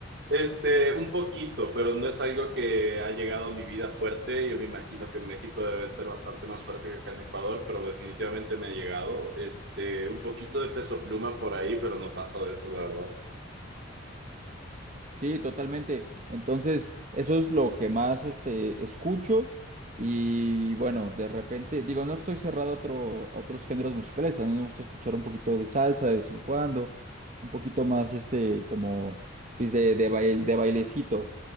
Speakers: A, on the right; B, on the right.
A: Este, un poquito, pero no es algo que ha llegado a mi vida fuerte. Yo me imagino que en México debe ser bastante más fuerte que acá en Ecuador, pero definitivamente me ha llegado. Este, un poquito de peso pluma por ahí, pero no paso de eso, la verdad.
B: Sí, totalmente. Entonces, eso es lo que más este, escucho. Y bueno, de repente, digo, no estoy cerrado a, otro, a otros géneros musicales. También me gusta escuchar un poquito de salsa de vez en cuando. Un poquito más, este, como, pues, de, de, bail- de bailecito.